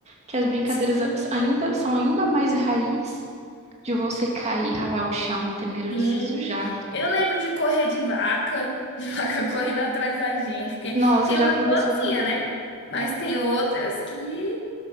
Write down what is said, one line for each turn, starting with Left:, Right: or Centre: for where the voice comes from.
Right: Que as brincadeiras
Left: Sim.
Right: ainda são ainda mais raiz. de você cair, ralar o chão, não ter medo
Left: Sim,
Right: de se sujar.
Left: eu lembro de correr de vaca, de <laughs> vaca correndo atrás da gente, porque
Right: Nossa,
Left: tem
Right: já
Left: umas
Right: aconteceu
Left: boazinhas,
Right: comigo.
Left: né? Mas tem outras que,